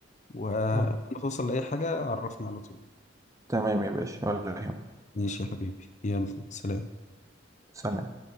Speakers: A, on the left (about 40°); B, on the right (about 15°).
A: ولما
B: أوكي
A: توصل لاي حاجه عرفني على طول
B: تمام يا باشا ولا يهمك
A: ماشي يا حبيبي يلا سلام
B: سلام